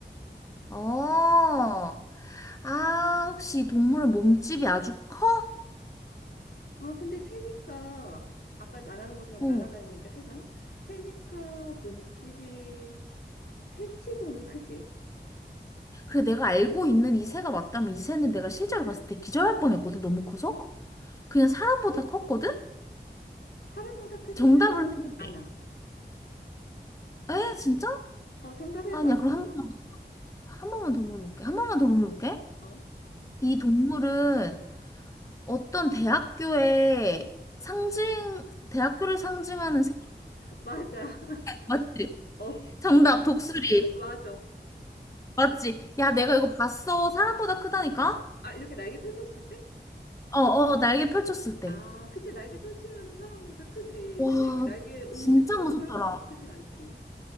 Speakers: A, on the left; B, on the left.
A: 어. 아, 혹시 이 동물은 몸집이 아주 커?
B: 어, 근데 새니까 아까 말하는 것처럼
A: 어.
B: 날아다니니까 새잖아? 새니까 몸집이 새치고는 크지.
A: 그래, 내가 알고 있는 이 새가 맞다면 이 새는 내가 실제로 봤을 때 기절할 뻔했거든, 너무 커서. 그냥 사람보다 컸거든?
B: 사람보다 크지는
A: 정답을 해볼게.
B: 않아.
A: 에? 진짜?
B: 어, 정답 해봐.
A: 아니야, 그럼 한 번만, 한 번만 더 물어볼게. 한 번만 더 물어볼게.
B: 어,
A: 이 동물은 어떤 대학교의 상징, 대학교를 상징하는 새?
B: <laughs> 맞아.
A: 맞지?
B: 어,
A: 정답, 독수리.
B: <laughs> 맞아.
A: 맞지? 야, 내가 이거 봤어. 사람보다 크다니까?
B: 아, 이렇게 날개 펼쳤을 때?
A: 어, 어, 날개 펼쳤을 때.
B: 아, 그치. 날개 펼치면은 사람보다 크지.
A: 와,
B: 근데 이게 날개 오므리면은
A: 진짜 무섭더라.
B: 사람보다 크진 않지.